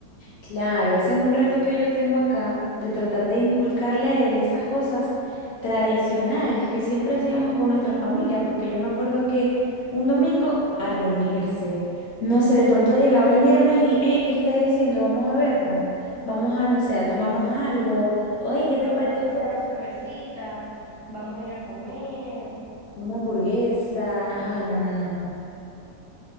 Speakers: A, on the left (about 65°); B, on the right (about 55°).
A: Claro, ese es un reto que yo tengo acá, de tratar de inculcarle a él esas cosas tradicionales que siempre hacíamos con nuestra familia, porque yo me acuerdo que un domingo a reunirse, no sé, de pronto llegaba el viernes y, hey, ¿qué estáis haciendo? Vamos a vernos, vamos a, no sé, a tomarnos algo, oye, ¿qué
B: Vamos
A: te parece
B: a echarnos
A: si hace-
B: una cervecita, vamos a ir a comer.
A: una hamburguesa? Ay, no, no, no, no.